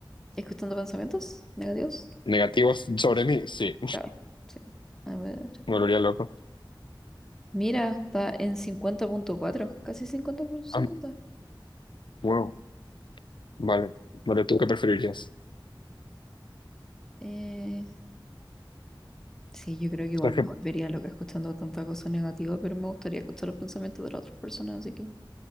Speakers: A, in the centre; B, on the left.
A: ¿Escuchando pensamientos negativos?
B: ¿Negativos sobre mí? Sí.
A: Claro, sí. A ver.
B: Me volvería loco.
A: Mira, está en 50.4, casi 50 por 50.
B: Ah, wow, vale. Vale, ¿tú qué preferirías?
A: Eh, sí, yo creo que igual
B: O sea, que,
A: me volvería loca escuchando tanta cosa negativa, pero me gustaría escuchar los pensamientos de las otras personas, así que...